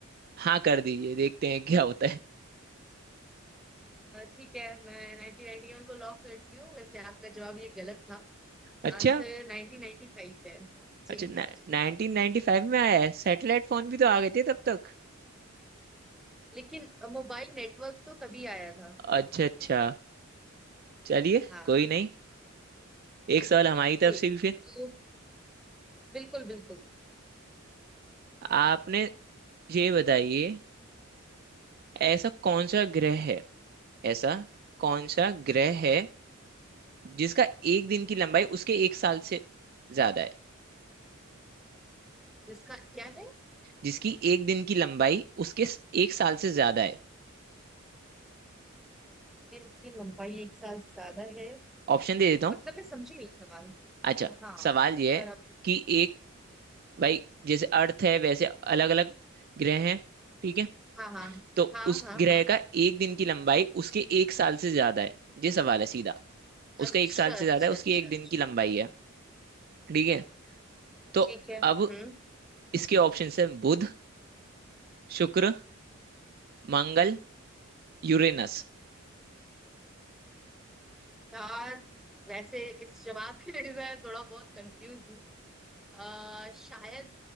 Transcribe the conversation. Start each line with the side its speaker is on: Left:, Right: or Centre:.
Right: हाँ कर दीजिए देखते हैं क्या होता है
Centre: ठीक है मैं नाइनटीन नाइनटी वन को लॉक करती हूँ वैसे आपका जवाब ये गलत था
Right: अच्छा
Centre: आंसर 1995 है जी
Right: अच्छा
Centre: जी जी
Right: नाइनटीन नाइनटी फाइव में आया है सैटेलाइट फोन भी तो आ गए थे तब तक
Centre: लेकिन मोबाइल नेटवर्क तो तभी आया था
Right: अच्छा अच्छा चलिए
Centre: हाँ
Right: कोई नहीं एक सवाल हमारी तरफ
Centre: जी
Right: से भी फिर
Centre: तो बिल्कुल बिल्कुल
Right: आपने ये बताइए ऐसा कौन सा ग्रह है ऐसा कौन सा ग्रह है जिसका एक दिन की लंबाई उसके एक साल से ज्यादा है
Centre: इसका क्या है
Right: जिसकी एक दिन की लंबाई उसके स- एक साल से ज्यादा है
Centre: पेड़ की लंबाई एक साल से ज्यादा है
Right: ऑप्शन दे देता हूँ
Centre: मतलब मैं समझी नहीं सवाल
Right: अच्छा
Centre: हाँ
Right: सवाल यह
Centre: एक
Right: है
Centre: बार आप
Right: कि एक भाई जैसे अर्थ है वैसे अलग अलग ग्रह हैं ठीक है
Centre: हाँ हाँ
Right: तो
Centre: हाँ
Right: उस
Centre: हाँ
Right: ग्रह
Centre: हाँ
Right: का एक दिन की लंबाई उसके एक साल से ज्यादा है ये सवाल है सीधा उसका
Centre: अच्छा
Right: एक साल
Centre: अच्छा
Right: से ज्यादा है उसकी
Centre: अच्छा
Right: एक
Centre: अच्छा
Right: दिन की लंबाई है ठीक है तो
Centre: ठीक है हम्म
Right: अब इसके ऑप्शन है बुध शुक्र मंगल यूरेनस
Centre: यार वैसे इस जवाब में <laughs> मैं थोड़ा बहुत कंफ्यूज आ, शायद